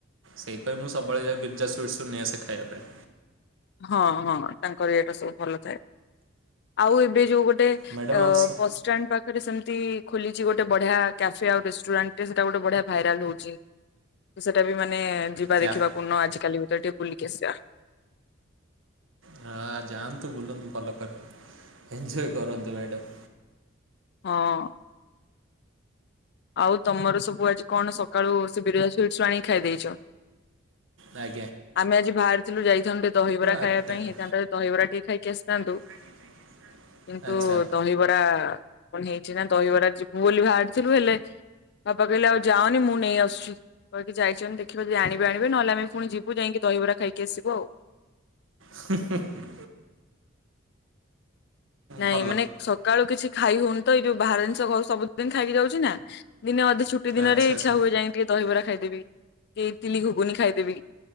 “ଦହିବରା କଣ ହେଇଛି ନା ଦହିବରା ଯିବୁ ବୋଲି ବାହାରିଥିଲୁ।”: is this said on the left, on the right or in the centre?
Left